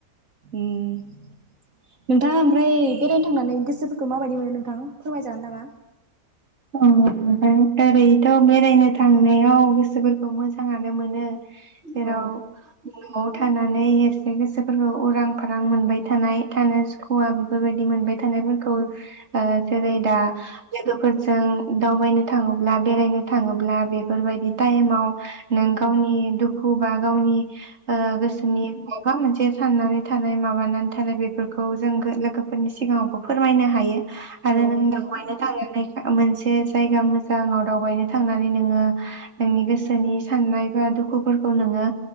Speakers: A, on the right; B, on the right.
A: ओम नोंथाङा ओमफ्राय बेरायनो थांनानै गोसोफोरखौ माबायदि मोनो नोंथां फोरमायजागोन नामा
B: ओम ओरैथ' बेरायनो थांनायाव गोसोफोरखौ मोजाङानो मोनो। जेराव
A: औ
B: नआव थानानै एसे गोसोफोरखौ उरां फारां मोनबाय थानाय थानो सुखुवा बेफोरबायदि मोनबाय थानायफोरखौ ओ जेरैदा
A: औ
B: लोगोफोर ज जों दावबायनो थाङोब्ला बेरायनो थाङोब्ला बेफोरबायदि टाइमाव नों गावनि दुखु बा गावनि ओ गोसोनि माबा मोनसे साननानै थानाय माबानानै थानाय बेफोरखौ जों गो लोगोफोरनि सिगाङावबो फोरमायनो हायो। आरो
A: नंगौ
B: नों दावबायनो थांनानै। मोनसे जायगा मोजाङाव दावबायनो थांनानै नोङो नोंनि गोसोनि साननाय बा दुखुफोरखौ नोङो